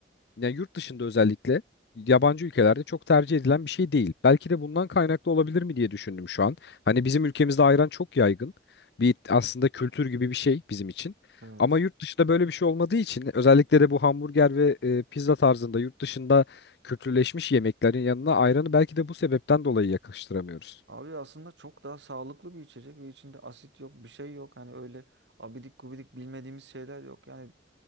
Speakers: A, on the left; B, on the right.
A: Yani yurt dışında özellikle yabancı ülkelerde çok tercih edilen bir şey değil. Belki de bundan kaynaklı olabilir mi diye düşündüm şu an. Hani bizim ülkemizde ayran çok yaygın. Bir aslında kültür gibi bir şey bizim için.
B: Evet.
A: Ama yurt dışında böyle bir şey olmadığı için özellikle de bu hamburger ve e, pizza tarzında yurt dışında kültürleşmiş yemeklerin yanına ayranı belki de bu sebepten dolayı yakıştıramıyoruz.
B: Abi aslında çok daha sağlıklı bir içecek ve içinde asit yok, bir şey yok. Hani öyle abidik gubidik bilmediğimiz şeyler yok. Yani